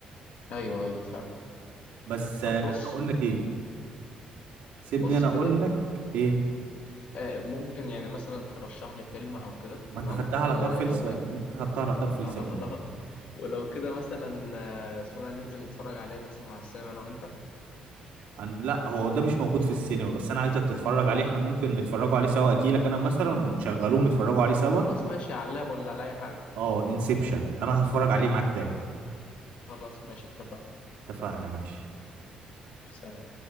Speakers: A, on the left; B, on the right.
A: ايوه ايوه فعلا
B: بس
A: طب
B: آه
A: بص
B: هقول لك ايه سيبني
A: بص
B: انا
A: كده
B: اقول لك ايه
A: آه، ممكن يعني مثلا ترشح لي فيلم او كده
B: ما
A: تمام
B: انت خدتها على
A: ولو
B: طرف لساني
A: كده
B: انت خدتها على طرف لساني
A: آه آه
B: والله
A: آه. آه. ولو كده مثلا آه، اسمه ده ننزل نتفرج عليه مثلا على السينما انا وانت
B: عن... لا هو ده مش موجود في السينما بس انا عايزك تتفرج عليه احنا ممكن نتفرجوا عليه سوا اجيلك انا مثلا ونشغلوه ونتفرجوا عليه سوا
A: خلاص ماشي على اللاب ولا على اي حاجه
B: اه انسبشن انا هتفرج عليه معاك تاني
A: خلاص ماشي اتفقنا
B: اتفقنا ماشي
A: سلام